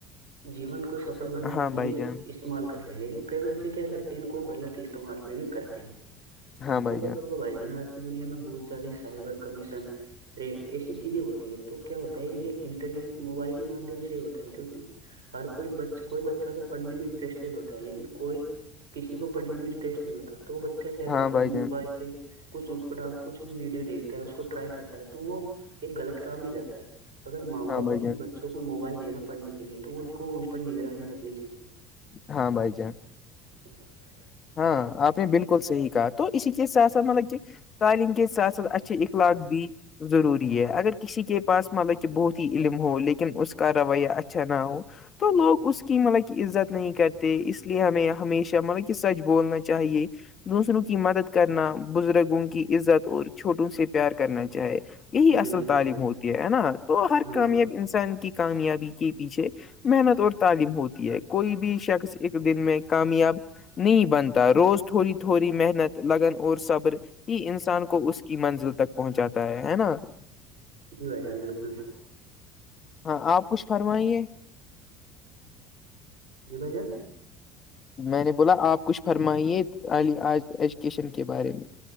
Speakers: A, on the right (about 80°); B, on the left (about 40°).
A: جیون کو سفل بنانے
B: ہاں
A: کے لیے
B: بھائی
A: اس
B: جان
A: استعمال کرتے ہیں لیکن کئی بچے کیا کرتے ہیں ان کو غط استعمال پہ بھی کرتے ہیں
B: ہاں
A: آپ کو
B: بھائی جان
A: پتا ہوگا بھائی جانا آج کی دنیا میں بہت زیادہ سائبر کمیشن ریپ ایسی چیزیں ہوتی ہے تو کیا ہوتا ہے یہ انٹرنیٹ موبائل کے مادھیم سے ہوتا ہے کیوںکہ ہر کوئی بچ کوئی بچہ تو پڑھنے میں انٹرسٹیڈ ہوتا ہے لیکن کوئی کسی کو پڑھنے میں انٹرسٹ نہیں ہوتا تو وہ بچہ کیا
B: ہاں
A: کرتا
B: بھائی
A: ہے موبائل
B: جان
A: پہ کچھ اٹھ پٹا کچھ بھی ویڈیو دیکھتا ہے اس کو ٹرائی کرتا ہے ہے تو وہ ایک غلط راہ میں جاتا ہے اگر ماں باپ
B: ہاں بھائی
A: اپنے
B: جان
A: بچوں بچوں کو موبائل دینا پڑنے کے لیے تو ان کو ان پر نگرانی رکھنی چاہیے
B: ہاں بھائی جان
A: ا <inaudible>
B: ہاں آپ نے بالکل صحیح کہا تو اسی کے ساتھ ساتھ مطلب کہ تعلیم کے ح سات ساتھ اچھھی اخلاق بی ضروری ہے اگر کسی کے پاس مطلب کہ بہت ہی علم ہو لیکن اس کا روایہ اچھا نہ ہو تو لوگ اس کی مطلب کہ عزت نہیں کرتے اس لیے ہمیں ہمیشہ مطلب کہ کہ سچ بولنا چاہیے دوسروں کی مدد کرنا بزرگوں کی عزت اور چھوٹوں سے پیار کرنا چاہے یہی اصل
A: جی بالکل
B: تعلیم
A: بھائی جان
B: ہوتی ہے نا تو ہر
A: ہاں
B: کامیاب
A: بھائی جان
B: انسان کی کامیابی کے پیچھے محنت اور تعلیم ہوتی ہے کوئی بھی شخص ایک دن میں کامیاب نہیں بنتا روز تھوڑی تھوڑی محنت لگن اور صبر ہی انسان کو اس کی منزل تک پہنچاتا ہے ہے نا
A: جی بھائی جان بالکل
B: ہاں آپ کچھ فرمائیے
A: جی بایی جان
B: میں نے بولا آپ کچھ فرمائیے علی آج ایجوکیشن کے بارے میں